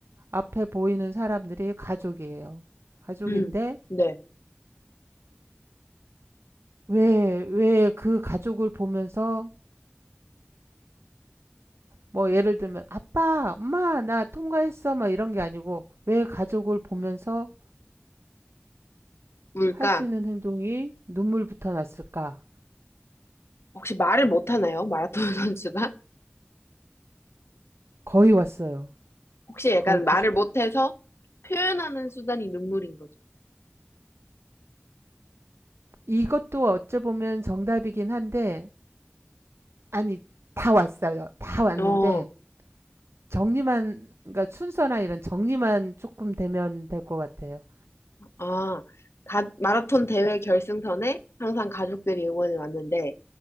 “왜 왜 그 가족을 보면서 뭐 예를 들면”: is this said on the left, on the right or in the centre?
Right